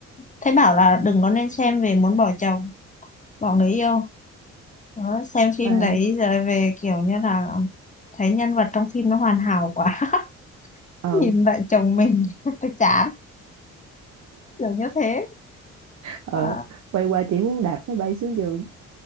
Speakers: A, on the left; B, on the right.
A: thấy bảo là đừng có nên xem về muốn bỏ chồng bỏ người yêu nó xem phim
B: à
A: đấy rồi về kiểu như là thấy nhân vật trong phim nó hoàn hảo quá <laughs>
B: ờ
A: nhìn lại chồng mình <laughs> chán kiểu như thế
B: ờ
A: Ờ,
B: quay qua chỉ muốn đạp nó bay xuống giường